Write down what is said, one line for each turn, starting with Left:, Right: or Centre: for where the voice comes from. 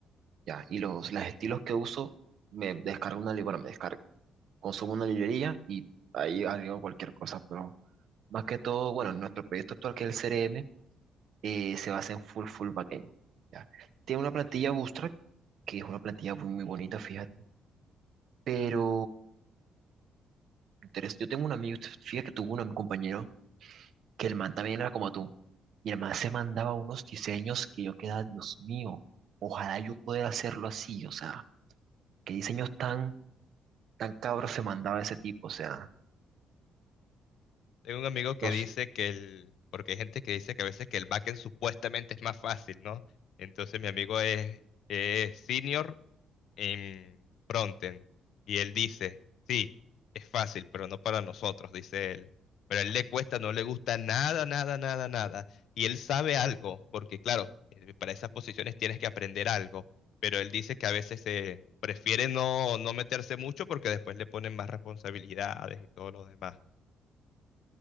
Right: ya. Y los, los estilos que uso, me descargo una librería, me descargo, consumo una librería y ahí agrego cualquier cosa, pero más que todo, bueno, nuestro proyecto actual que es el CRM, eh, se basa en full, full backend. ¿ya? Tiene una plantilla Bootstrap, que es una plantilla muy, muy bonita, fíjate. Pero interes- yo tengo un amigo, fíjate que tuvo un am- compañero que el man también era como tú. Y el man se mandaba unos diseños que yo quedaba, Dios mío, ojalá yo pudiera hacerlo así. O sea, qué diseños tan, tan cabros se mandaba ese tipo. O sea,
Left: Tengo un amigo que
Right: no
Left: dice
Right: sé.
Left: que el, porque hay gente que dice que a veces que el backend supuestamente es más fácil, ¿no? Entonces mi amigo es, es senior en frontend y él dice, sí, es fácil, pero no para nosotros, dice él. Pero a él le cuesta, no le gusta nada, nada, nada, nada. Y él sabe algo, porque claro, eh, para esas posiciones tienes que aprender algo, pero él dice que a veces eh, prefiere no, no meterse mucho porque después le ponen más responsabilidades y todo lo demás.